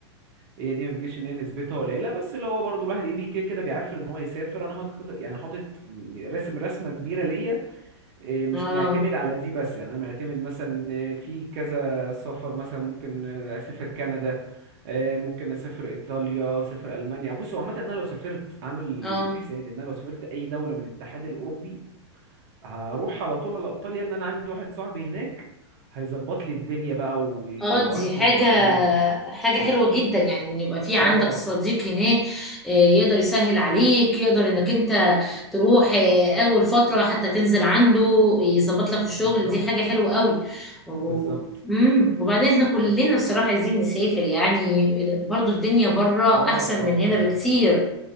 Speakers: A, on the right; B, in the centre.
A: هي دي ما بتجيش ان هي نسبتها قليله بس اللي هو برضو الواحد ايه بي كده كده بيعفر ان هو يسافر انا حاطط خطط يعني حاطط رسم رسمه كبيره ليا إيه، مش
B: اه
A: معتمد على دي بس يعني انا معتمد مثلا إيه، في كذا سفر مثلا ممكن آه، اسافر كندا آه، ممكن اسافر ايطاليا اسافر المانيا بصوا عامه انا لو سافرت عامل
B: اه
A: حسابي ان انا لو سافرت اي دوله من الاتحاد الاوروبي هروح على طول على ايطاليا ان انا عندي واحد صاحبي هناك هيظبط لي الدنيا بقى و-
B: اه
A: واسكن
B: دي حاجة
A: معاه
B: حاجة حلوة جدا يعني ان يبقى في عندك
A: اه
B: صديق هناك آه، يقدر يسهل عليك يقدر انك انت تروح آه، اول فترة حتى تنزل عنده يظبط لك الشغل
A: بالظبط
B: دي حاجة حلوة قوي و...
A: بالظبط
B: مم. وبعدين احنا كلنا
A: ف-
B: بصراحة عايزين نسافر يعني برضو الدنيا بره
A: اه
B: احسن
A: اه
B: من هنا
A: ده حقيقي
B: بكتير